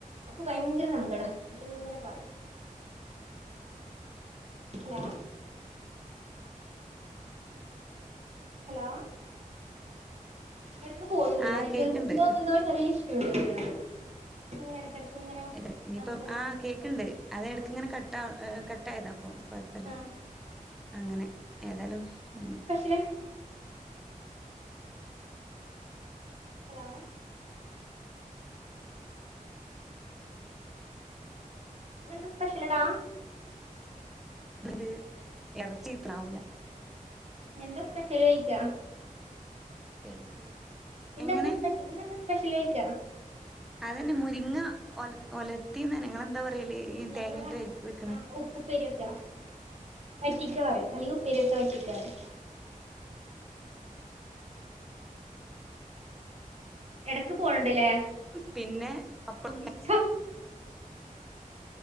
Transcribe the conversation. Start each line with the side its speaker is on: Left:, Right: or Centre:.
Right: അവക്ക് ഭയങ്കര സങ്കട ഇന്നിട്ട് ഇങ്ങനെ പറയും
Centre: <inaudible>
Right: ഹലോ ഹലോ എടക്ക് പോന്നുണ്ടല്ലെ
Centre: ആഹ്
Right: നെറ്റ്
Centre: കേക്ക്ണ്ട്
Right: വർക്ക് എന്തോന്ന് എന്തോ ചെറിയ ഇഷ്യു <unintelligible> നിങ്ങടെ എടക്ക് ഇങ്ങനെ
Centre: ഇത് ഇനിയിപ്പം
Right: ചെറുതായിട്ട്
Centre: ആഹ്
Right: ഇങ്ങനെണ്ട്
Centre: കേക്ക്ണ്ട് അത് എട്ക്ക്
Right: ആഹ്
Centre: ഇങ്ങനെ കട്ട കട്ടായതാ അപ്പം കൊഴപ്പല്ല
Right: ആഹ്
Centre: അങ്ങനെ ഏതായാലും ഉം
Right: പക്ഷേ ഹലോ ഇന്നെന്താ സ്പെഷ്യലെടാ?
Centre: ന്ന്ട്ട് എറച്ചി ഇത്രാവൂല
Right: എന്താ സ്പെഷ്യല് ചോയിക്കാ
Centre: കേൾക്കില്ല
Right: ഇന്നെന്താ
Centre: എങ്ങനെ
Right: സ്പെഷ്യ ഇന്നെന്താ സ്പെഷ്യല് ചോയിക്ക
Centre: അതെന്നെ മുരിങ്ങ ഒല ഒലത്തിന്നെ ഇങ്ങളെന്താ പറയല്? ഈ
Right: ഞങ്ങളെ
Centre: തേങ്ങയിട്ട്
Right: നാട്ടിൽ
Centre: വെക്ക്ണേ
Right: ആ ഉ ഉപ്പേരി വെക്കാ വറ്റിക്കാ പറയും അല്ലെങ്കിൽ ഉപ്പേരി വെക്ക വറ്റിക്കാ പറയും എടക്ക് പോണണ്ടല്ലേ?
Centre: പിന്നെ അപ്പ <unintelligible>
Right: ചൊ